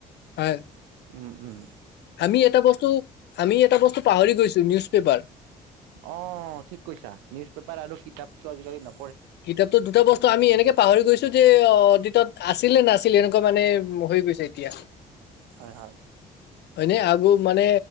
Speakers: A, on the left; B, on the right.
A: হয়।
B: ওম ওম
A: আমি এটা বস্তু আমি এটা বস্তু পাহৰি গৈছো নিউজ পেপাৰ
B: অ ঠিক কৈছা নিউজ পেপাৰ আৰু কিতাপতটো আজিকালি ন
A: কিতাপতো দুটা বস্তু আমি এনেকে পাহৰি গৈছো যে অতিতত আছে, আছিলে নাছিলে এনেকুৱা মানে হৈ গৈছে এতিয়া
B: হয় হয়
A: হয়নে আগৌ মানে